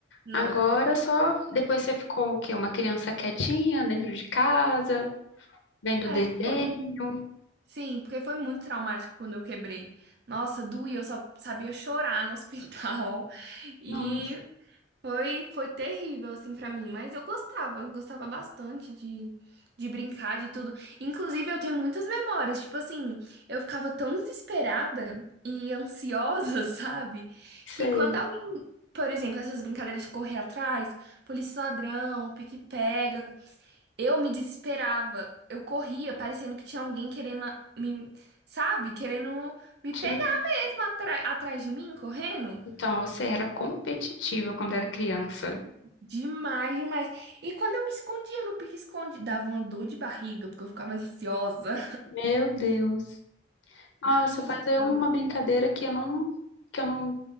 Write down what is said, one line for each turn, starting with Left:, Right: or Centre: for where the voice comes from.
Right: Não.
Left: Agora só depois você ficou o quê? Uma criança quietinha dentro de casa, Vendo
Right: É,
Left: desenho?
Right: é, foi. Sim, porque foi muito traumático quando eu quebrei. Nossa, doía, eu só sabia chorar no hospital. <laughs> E
Left: Não
Right: Foi, foi terrível, assim, pra mim, mas eu gostava, gostava bastante de, de brincar, de tudo. Inclusive, eu tenho muitas memórias, tipo assim, eu ficava tão desesperada e ansiosa, <laughs> sabe?
Left: Sei.
Right: Que quando alguém, por exemplo, essas brincadeiras de correr atrás, polícia e ladrão, pique-pega, eu me desesperava. Eu corria, parecendo que tinha alguém querendo me, sabe? Querendo me
Left: te-
Right: pegar mesmo atra- atrás de mim, correndo.
Left: Então, você era competitiva quando era criança.
Right: Demais, demais. E quando eu me escondia no pique-esconde, dava uma dor de barriga, porque eu ficava ansiosa.
Left: Meu Deus. Nossa,
Right: <laughs>
Left: faz aí
Right: Juro.
Left: uma brincadeira que eu não, que eu não